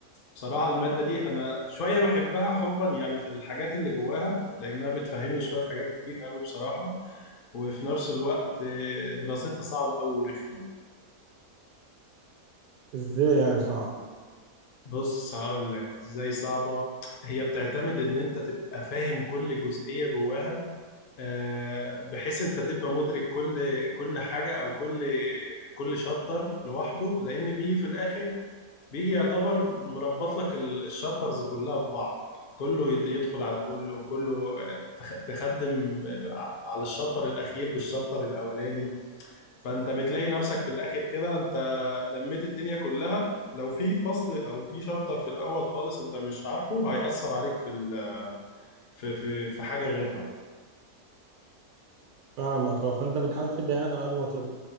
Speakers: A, on the left (about 55°); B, on the right (about 75°).
A: بصراحة المادة دي أنا شوية بحبها حبا يعني في الحاجات اللي جواها لأنها بتفهمني شوية حاجات كتير قوي بصراحة وفي نفس الوقت آه، دراستها صعبة قوي ورخمة
B: ازاي يعني صعب
A: بص هقول لك إزاي صعبة هي بتعتمد إن أنت تبقى فاهم كل جزئية جواها آه، بحيث أنت تبقى مدرك كل كل حاجة أو كل كل شابتر لوحده لأن بيجي في الآخر بيجي يعتبر مربط لك ال- الشابترز كلها ببعض كله يد- يدخل على كله كله تخ- تخدم ع- على الشابتر الأخير بالشابتر الأولاني فأنت بتلاقي نفسك في الآخر كده أنت لميت الدنيا كلها لو في فصل أو في شابتر في الأول خالص أنت مش عارفه هيأثر عليك في ال- في في في حاجة غيرها
B: فاهمك اه فانت بتحاول تشدها لك على قد ما تقدر